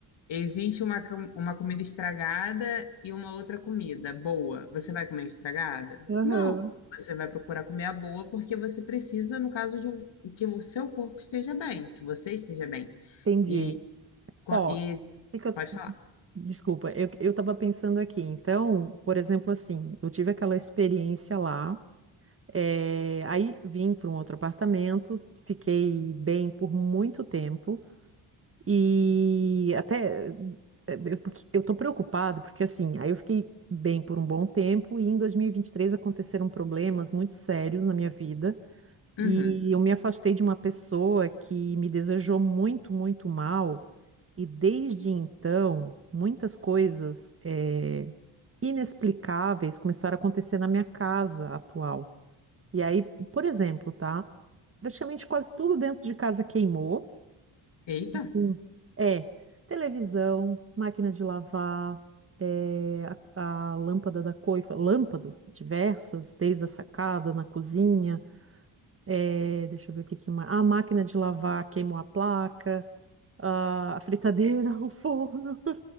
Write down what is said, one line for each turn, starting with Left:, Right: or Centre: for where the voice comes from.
Left: Existe uma, com- uma comida estragada e uma outra comida boa. Você vai comer a estragada?
Right: Aham.
Left: Não. Você vai procurar comer a boa porque você precisa, no caso de um- que o seu corpo esteja bem, que você esteja bem.
Right: Entendi.
Left: E, co-
Right: Ó,
Left: e
Right: o que que eu
Left: pode falar.
Right: Desculpa, eu, eu tava pensando aqui. Então, por exemplo, assim, eu tive aquela experiência lá, eh, aí vim para um outro apartamento, fiquei bem por muito tempo e até eh, eu, porque eu tô preocupada porque assim, aí eu fiquei bem por um bom tempo e em dois mil e e vinte e três aconteceram problemas muito sérios na minha vida
Left: Uhum.
Right: e eu me afastei de uma pessoa que me desejou muito, muito mal. E desde então, muitas coisas eh, inexplicáveis começaram a acontecer na minha casa atual. E aí, por exemplo, tá? Praticamente quase tudo dentro de casa queimou.
Left: Eita!
Right: Sim. É, televisão, máquina de lavar, eh, a, a lâmpada da coifa, lâmpadas diversas, desde a sacada, na cozinha, eh, deixa eu ver o que que mais. A máquina de lavar queimou a placa, a a fritadeira, <laughs> o forno.